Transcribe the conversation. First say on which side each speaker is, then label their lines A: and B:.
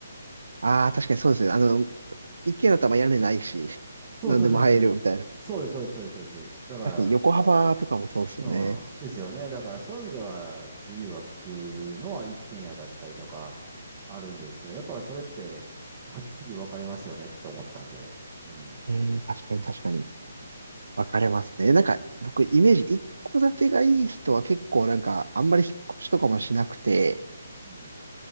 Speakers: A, on the right; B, on the right.
A: ああ、確かにそうですね。あの、
B: うん
A: 一軒家だったらまあ屋根ないし、
B: そうそうそうそう。
A: 何でも入るみたいな。
B: そうです、そうです、そうです、そうです。そうですだか
A: 確かに横幅とかもそうですよね。
B: ら、うん。ですよね。だからそういう意味では自由は利くのは一軒家だったりとかあるんですけど、やっぱりそれってはっきり分かれますよねって思ってたんで。うん。
A: えー、確かに確かに。
B: うん。
A: 分かれますね。なんか、僕、イメージ、一戸建てがいい人は結構なんか、あんまり引っ越しとかもしなくて、
B: うん。